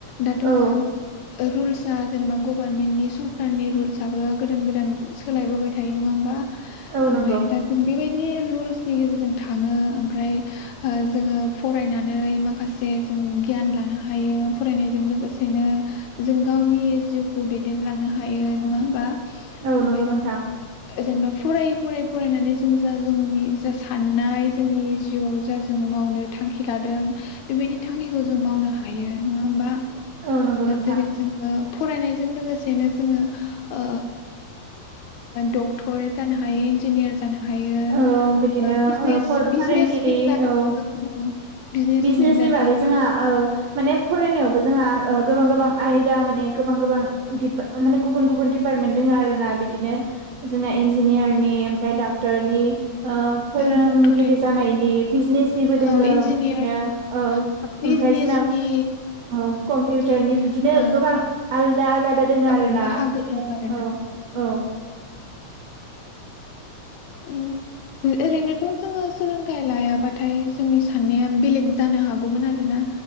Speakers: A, on the left; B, on the right.
A: दाथ
B: औ
A: ओ रुल्स सा जेनेब गभार्नमेन्टनि सरखारनि रल रूल्सआबो गोदान गोदान सोलायबोबाय थायो नंङा होमबा।
B: औ
A: ओमफ्राय
B: नंगौ
A: दा जों बेबायायदि बे रुल्सनि गेजेरजों थांङो ओमफ्राय ओ जोंङो फरायनानै माखासे जों गियान लानो हायो फरायनायजों लोगोसेनो जों गावनि जिउखौ दैदेनलांनो हायो नंङा होमबा।
B: औ नंगौ
A: ओमफ्राय
B: नोंथां।
A: जेनेबा फरायै फरायै फरायनानै जों जा जोंनि जा साननाय जोंनि जिउआव जा जों मावनो थांखि लादों बेबायदि थांखिखौ जों मावनो हायो नंङा होमबा?
B: औ नंगौ नोंथां।
A: जेरै जोङो ओ फरायनायजों जोंङो ओ दखथर जानो हायो हाय इन्जिनियार जानो हायो
B: औ बिदिनो
A: ओ बिजनेम
B: फोरोंगिरि
A: बिजनेमेन जानो हायो
B: औ
A: ओ बिजमेन
B: बिजनेसनि
A: जानोब्ला
B: बागै जोंहा औ माने फरायनायावबो जोंहा ओ गोबां गोबां आयदा माने गोबां गोबां दिप माने गुबुन गुबुन डपार्टमेन्ट दोंङ आर ना बिदिनो जोंना इन्जिनियारनि ओमफ्राय डाक्टरनि ओ फोरोंगिरि
A: ओ डक्टरेटनि
B: जानायनि बिजनेसनिबो दोंङो
A: औ इन्जिनियारनि
B: बिदिनो औ
A: बिजनेसनि
B: ओमफ्राय जोंना अ कम्पिउटारनि
A: बिदि
B: बिदिनो
A: ओ
B: गोबां आरो दा आलादा दोंङो
A: औ
B: आरोना
A: बाहागो
B: बिदिनो
A: दं
B: ।
A: आरोना
B: औ औ
A: ओ ओरैनोथ जोंङो सोलोंथाइ लायाबाथाय जोंनि साननाया बेलेग जानो हागौमोन आरो ना